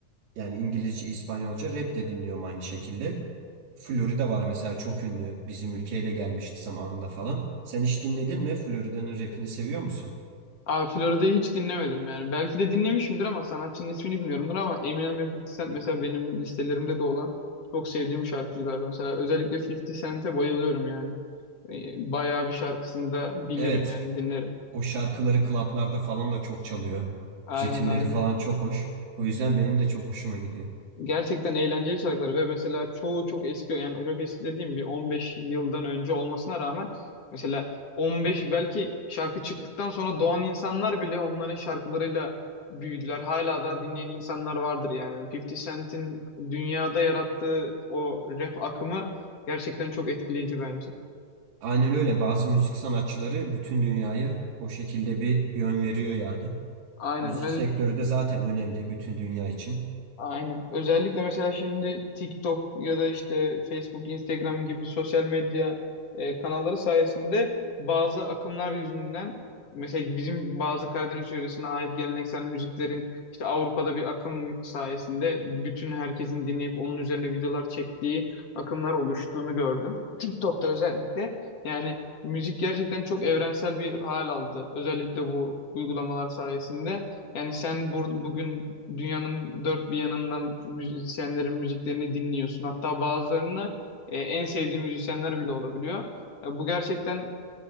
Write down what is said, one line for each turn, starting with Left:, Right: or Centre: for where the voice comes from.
Right: yani İngilizce, İspanyolca rap de dinliyorum aynı şekilde. Florida var mesela çok ünlü. Bizim ülkeye de gelmişti zamanında falan. Sen hiç dinledin mi? Florida'nın rapini seviyor musun?
Left: Abi Florida'yı hiç dinlemedim yani. Belki de dinlemişimdir ama sanatçının ismini bilmiyorumdur ama Eminem ve 50 Cent mesela benim listelerimde de olan çok sevdiğim şarkıcılardan. Mesela özellikle 50 Cent'e bayılıyorum yani. Ee, Bayağı bir şarkısını da bilirim
Right: Evet,
Left: yani dinlerim.
Right: O şarkıları klaplarda falan da çok çalıyor.
Left: Aynen
Right: Ritimleri
Left: aynen.
Right: falan çok hoş. O yüzden benim de çok hoşuma gidiyor.
Left: Gerçekten eğlenceli şarkılar ve mesela çoğu çok eski yani çok eski dediğim bir 15 yıldan önce olmasına rağmen mesela 15 belki şarkı çıktıktan sonra doğan insanlar bile onların şarkılarıyla büyüdüler. Hala da dinleyen insanlar vardır yani. 50 Cent'in dünyada yarattığı o rap akımı gerçekten çok etkileyici bence.
Right: Aynen öyle bazı müzik sanatçıları bütün dünyaya o şekilde bir yön veriyor yani.
Left: Aynen.
Right: Müzik sektörü de zaten önemli bütün dünya için.
Left: Aynen. Özellikle mesela şimdi TikTok ya da işte Facebook, Instagram gibi sosyal medya e, kanalları sayesinde bazı akımlar yüzünden mesela bizim bazı Karadeniz yöresine ait geleneksel müziklerin işte Avrupa'da bir akım sayesinde bütün herkesin dinleyip onun üzerine videolar çektiği akımlar oluştuğunu gördüm. TikTok'ta özellikle yani müzik gerçekten çok evrensel bir hal aldı. Özellikle bu uygulamalar sayesinde. Yani sen bur bugün dünyanın dört bir yanından müzisyenlerin müziklerini dinliyorsun. Hatta bazılarını e, en sevdiğin müzisyenler bile olabiliyor. Ya bu gerçekten